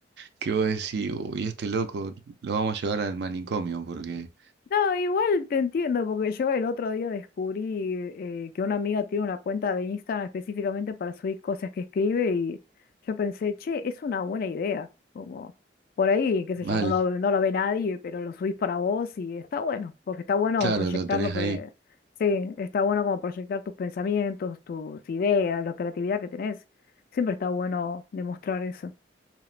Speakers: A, on the right; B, on the left.
A: que vos decís, uy, este loco lo vamos a llevar al manicomio porque
B: No, igual te entiendo, porque yo el otro día descubrí eh, que una amiga tiene una cuenta de Instagram específicamente para subir cosas que escribe y yo pensé, che, es una buena idea, como por ahí, qué sé
A: mal,
B: yo, no lo, no lo ve nadie, pero lo subís para vos y está bueno, porque está bueno
A: claro,
B: proyectar
A: lo tenés
B: lo que,
A: ahí.
B: sí, está bueno como proyectar tus pensamientos, tus ideas, la creatividad que tenés. Siempre está bueno demostrar eso.